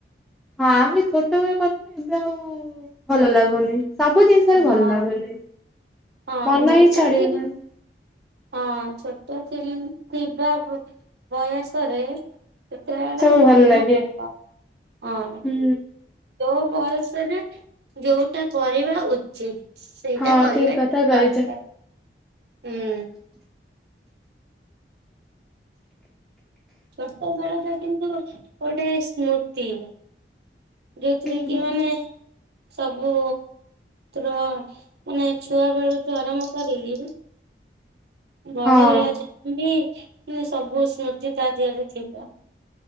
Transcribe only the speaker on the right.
ହଁ।
ହଁ
ଛୋଟ
ଥିଲି ହଁ ଛୋଟ ଥିଲି ଥିବା ବୟସରେ ସେତେବେଳେ
ମନ
ହବ ହଁ।
ଯୋଉ ବୟସରେ ଯୋଉଟା କରିବା ଉଚିତ। ସେଇଟା
କରିବା
ଦରକାର ହୁଁ। ଛୋଟବେଳଟା କିନ୍ତୁ ଗୋଟେ ସ୍ମୃତି। ଯୋଉଥିରେ
କି
ମାନେ ସବୁ ମାନେ ଛୁଆ ବେଳୁଠୁ ଆରମ୍ଭ କରିକିରି ବଡ
ହେଲା ଯାଏବି ସବୁ ସ୍ମୃତି ତା ଦେହରେ ଥିବ।